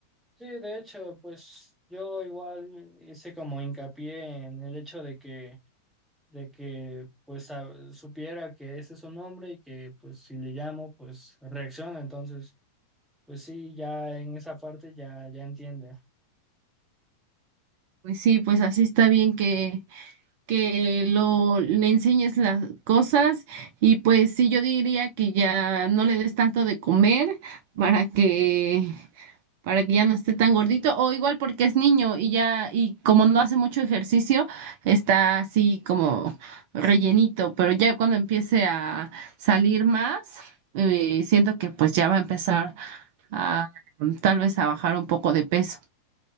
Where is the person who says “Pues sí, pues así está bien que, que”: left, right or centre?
Right